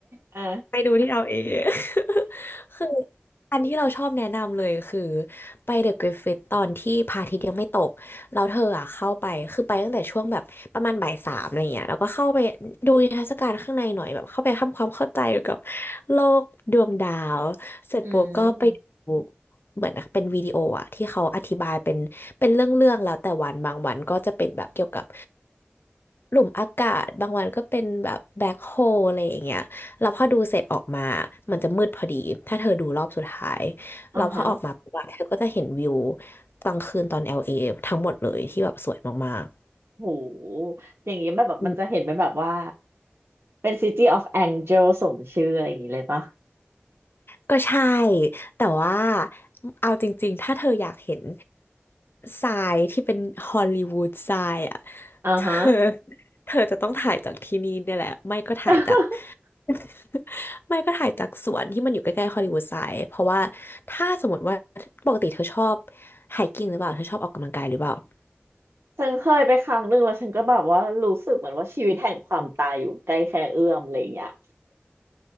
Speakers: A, on the right; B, on the left.
A: อ่ะ
B: ไปดูที่เราเอง <laughs> คืออันที่เราชอบแนะนำเลยคือไปเดอะกริฟฟิตตอนที่พระอาทิตย์ยังไม่ตกแล้วเธออ่ะเข้าไปคือไปตั้งแต่ช่วงแบบประมาณบ่ายสามอะไรเงี้ยแล้วก็เข้าไปดูนิทรรศการข้างในหน่อยแบบเข้าไปทำความเข้าใจเกี่ยวกับโลกดวงดาวเสร็จปุ๊บก็ไปดู
A: อืม
B: เหมือนเป็นวิดีโออ่ะที่เขาอธิบายเป็นเป็นเรื่องๆแล้วแต่วันบางวันก็จะเป็นแบบเกี่ยวกับหลุมอากาศบางวันก็เป็นแบบแบ็คโฮอะไรอย่างเงี้ย แล้วพอดูเสร็จออกมามันจะมืดพอดี ถ้าเธอดูรอบสุดท้าย
A: อ่าฮะ
B: แล้วพอออกมาปุ๊บอะเธอก็จะเห็นวิวกลางคืนตอน LA ทั้งหมดเลยที่แบบสวยมาก
A: โหอย่างนี้แบบแบบมันจะเห็นเป็นแบบว่า
B: ๆอืม
A: เป็น City of Angel สมชื่ออะไรอย่างนี้เลยปะ
B: ก็ใช่ แต่ว่าเอาจริงๆ ถ้าเธออยากเห็นทรายที่เป็นฮอลลีวูดทรายอ่ะ
A: อ่าฮะ
B: เธอเธอจะต้องถ่ายจากที่นี่เนี่ยแหละไม่ก็ถ่ายจาก
A: <laughs>
B: <laughs> ไม่ก็ถ่ายจากสวนที่มันอยู่ใกล้ๆฮอลลีวูดไซด์เพราะว่าถ้าสมมติว่าปกติเธอชอบไฮกิ้งหรือเปล่าเธอชอบออกกำลังกายหรือเปล่า
A: ฉันเคยไปครั้งหนึ่งแล้วฉันก็แบบว่ารู้สึกเหมือนว่าชีวิตแห่งความตายอยู่ใกล้แค่เอื้อมอะไรอย่างเงี้ย